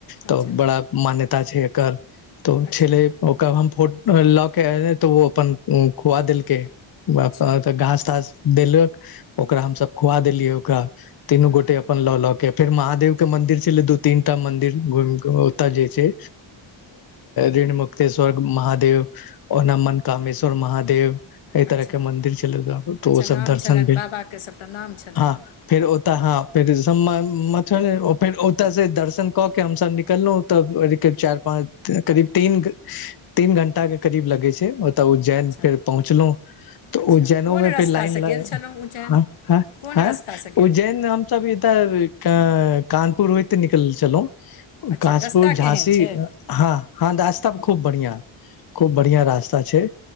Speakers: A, on the left; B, on the left.
A: अच्छा
B: तऽ बड़ा मान्यता छै एकर तो
A: अच्छा
B: छले। कब हम फोट लऽ के एयल तऽ ओ अपन खुआ देलकै। घास
A: अच्छा
B: तास देलक ओकरा हमसभ खुआ देलियै ओकरा। तीनू
A: हँ,
B: गोटे अपन लऽ- लऽ केँ। फेर महादेव के मंदिर छले दू तीनटा मंदिर घुमिके ओतऽ जे छै। ऋण मुक्तेश्वर महादेव। ओ नमन कामेश्वर महादेव। एहि
A: अच्छा
B: तरह के मंदिर छल तऽ
A: अच्छा
B: ओ
A: नाम
B: सब दर्शन
A: छलनि
B: भेल
A: बाबाके सभटा नाम छलनि
B: हँ फेर। तऽ हँ फेर म फेर ओतऽसँ दर्शन कऽ के हमसब निकलहुँ तऽ चारि। करीब तीन-तीन घंटा के करीब लगै छै। तऽ उज्जैन
A: अच्छा
B: फेर पहुँचलहु तऽ
A: अच्छा
B: उज्जैनो
A: कोन
B: मे
A: रस्तासँ
B: फेर लाइन ल
A: गेल छलहुँ उज्जैन
B: ह ह
A: कोन
B: हँ
A: रस्तासँ गेल
B: उज्जैन हम सब इधर का कानपुर होइत निकल छलहुं
A: अच्छा
B: कासपुर
A: रस्ता
B: झांसी
A: केहन छै
B: हँ हँ दास्तव खूब बढ़िआ खूब बढ़िया रास्ता छै